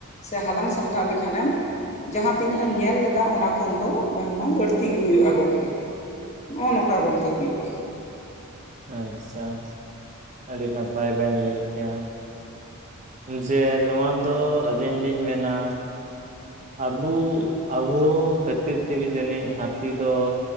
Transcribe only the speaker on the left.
ᱥᱮ ᱦᱟᱞᱟᱝ ᱥᱟᱢᱴᱟᱣ ᱞᱮᱠᱷᱟᱱ ᱮᱢ ᱡᱟᱦᱟᱸ ᱛᱤᱱᱟᱹᱜ ᱮᱢ ᱧᱮᱞ ᱞᱮᱫᱟ ᱚᱱᱟ ᱠᱷᱚᱱ ᱫᱚ ᱵᱟᱝᱢᱟ ᱵᱟᱹᱲᱛᱤ ᱜᱮ ᱦᱩᱭᱩᱜᱼᱟ ᱜᱚᱝᱠᱮ ᱱᱚᱜᱼᱚᱭᱴ ᱱᱚᱝᱠᱟ ᱜᱚᱝᱠᱮ ᱦᱩᱭᱩᱜ ᱜᱮᱭᱟ